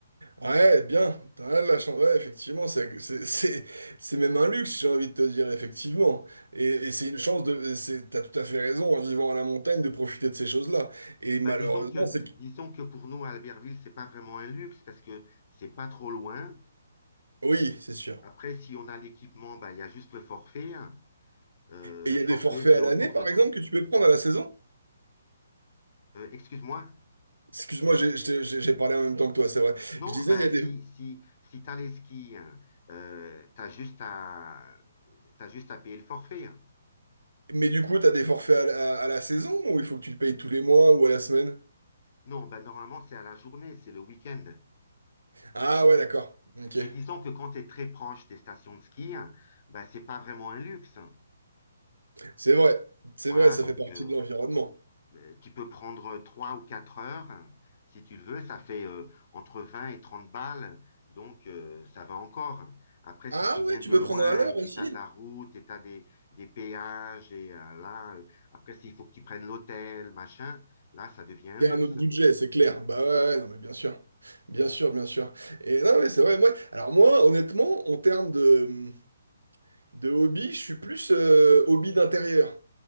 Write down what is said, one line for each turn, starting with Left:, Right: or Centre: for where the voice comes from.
Right: Ouais, bien, t'as rien de la chance. Ouais, effectivement, c'est c'est- c'est- c'est même un luxe, j'ai envie de te dire, effectivement. Et, et c'est une chance de. c'est- T'as tout à fait raison, en vivant à la montagne, de profiter de ces choses-là. Et malheureusement,
Left: Bah, disons que,
Right: c'est.
Left: disons que pour nous, à Albertville, c'est pas vraiment un luxe parce que c'est pas trop loin.
Right: Oui, c'est sûr.
Left: Après, si on a l'équipement, bah, il y a juste le forfait. hein. Euh,
Right: Et
Left: le
Right: il y
Left: forfait,
Right: a des forfaits
Left: c'est
Right: à
Left: autour
Right: l'année, par
Left: de 30.
Right: exemple, que tu peux prendre à la saison?
Left: Euh, excuse-moi.
Right: Excuse-moi, j'ai j'ai- j'ai- j'ai parlé en même temps que toi, c'est vrai.
Left: Non,
Right: Je disais,
Left: bah,
Right: il y a
Left: si,
Right: des.
Left: si, si t'as les skis, hein, euh, t'as juste à, t'as juste à payer le forfait. hein.
Right: Mais du coup, t'as des forfaits à, la à la saison ou il faut que tu le payes tous les mois ou à la semaine?
Left: Non, bah, normalement, c'est à la journée, c'est le week-end.
Right: Ah ouais, d'accord. Ok.
Left: Mais disons que quand t'es très proche des stations de ski, hein, bah, c'est pas vraiment un luxe. hein.
Right: C'est vrai. C'est
Left: Voilà,
Right: vrai, ça
Left: donc,
Right: fait partie
Left: euh,
Right: de l'environnement.
Left: Euh, tu peux prendre euh, trois ou quatre heures, hein, si tu le veux, ça fait euh, entre 20 et 30 balles, donc euh, ça va encore. Après,
Right: Ah
Left: si tu viens
Right: ouais, tu
Left: de
Right: peux
Left: loin
Right: prendre à l'heure
Left: et puis
Right: aussi?
Left: tu as de la route et tu as des, des péages et euh, là, euh, après s'il faut que tu prennes l'hôtel, machin, là, ça devient un
Right: C'est
Left: luxe.
Right: un autre budget, c'est clair. Bah ouais, ouais, non, mais bien sûr. Bien sûr, bien sûr. Et non, mais c'est vrai, moi. Alors moi, honnêtement, en termes de, de hobby, je suis plus euh, hobby d'intérieur.